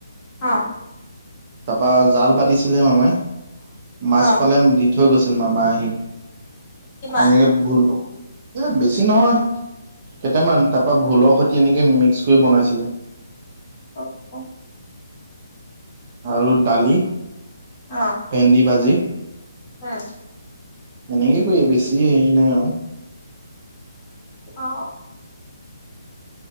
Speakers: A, on the left (about 25°); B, on the right (about 30°).
A: অ'।
B: তাৰপৰা জাল পাতিছিলে মামে মাছ
A: অ
B: পালে দি থৈ গৈছিল মামা আহি
A: কিমান
B: এনেকে ভুল এ, বেছি নহয় কেইটামান তাৰপা ভোলৰ খৈতি এনেকে মিক্স কৰি বনাইছিলে।
A: অ', অ'।
B: আৰু দালি,
A: অ
B: ভেন্দি ভাজি
A: উম,
B: এনেক ক, বেছি হ নাই অ'।
A: অ'।